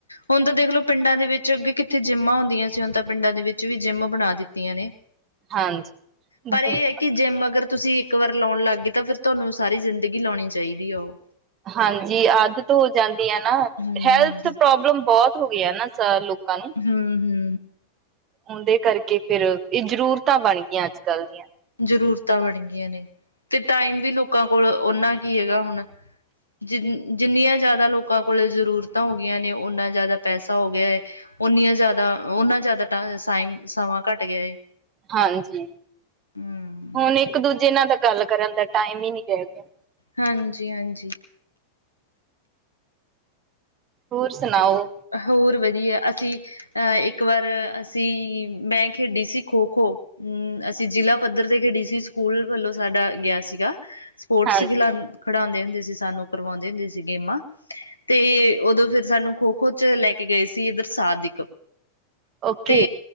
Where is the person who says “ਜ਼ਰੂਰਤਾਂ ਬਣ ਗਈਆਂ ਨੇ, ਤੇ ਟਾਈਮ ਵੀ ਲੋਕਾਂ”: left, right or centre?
Left